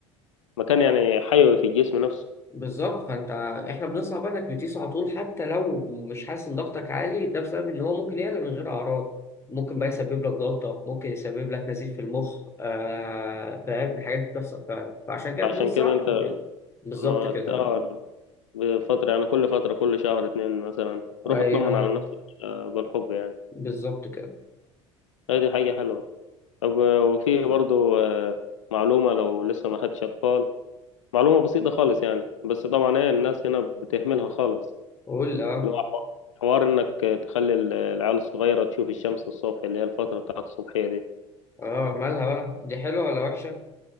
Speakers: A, on the left; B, on the left.
A: مكان يعني حيوي في الجسم نفسه
B: بالظبط فانت احنا بنصعب انك بتقيس على طول حتى لو مش حاسس ان ضغطك عالي ده بسبب ان هو ممكن يعلى من غير اعراض ممكن بقى يسبب لك ضغطه ممكن يسبب لك نزيف في المخ آه فاهم الحاجات دي بتحصل فعلا فعشان كده
A: عشان
B: بننصح
A: كده أنت
B: ب... بالظبط
A: أنا
B: كده
A: اه بفترة يعني كل فترة كل شهر اتنين مثلا
B: ايوه
A: روح اطمن على نفسك آه، بالحب يعني
B: بالظبط كده
A: هي دي حاجة حلوة طب آه، وفي برضو آه، معلومة لو لسه ما خدتش أطفال معلومة بسيطة خالص يعني بس طبعا ايه الناس هنا بتهملها خالص
B: قول اه
A: اللي هو حوار انك تخلي العيال الصغيرة تشوف الشمس الصبح اللي هي الفترة بتاعت الصبحية دي
B: اه مالها بقى دي حلوه ولا وحشه